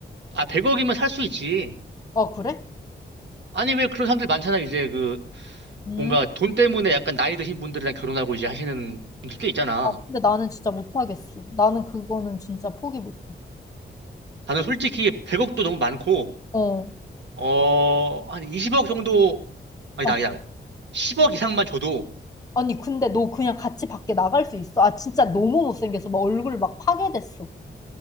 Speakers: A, on the right (about 90°); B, on the left (about 20°).
A: 아, 100억이면 살 수 있지.
B: 아, 그래?
A: 아니, 왜 그런 사람들 많잖아. 이제 그
B: 음.
A: 뭔가 돈 때문에 약간 나이 드신 분들이랑 결혼하고 이제 하시는 분들 꽤 있잖아.
B: 아, 근데 나는 진짜 못하겠어. 나는 그거는 진짜 포기 못해.
A: 나는 솔직히 100억도 너무 많고,
B: 어.
A: 어, 한 20억 정도 아니다,
B: 아,
A: 아니다. 10억 이상만 줘도
B: 아니, 근데 너 그냥 같이 밖에 나갈 수 있어? 아, 진짜 너무 못생겨서 막 얼굴 막 파괴됐어.